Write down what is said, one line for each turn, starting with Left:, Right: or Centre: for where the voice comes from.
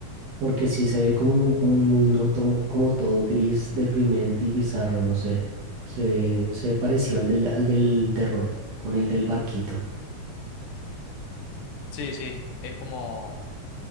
Right: Porque sí se ve como un, un mundo tomo- como todo gris, deprimente y bizarro, no sé. Se, se ve parecido al del, al del terror, con el del barquito.
Left: Sí, sí, es como...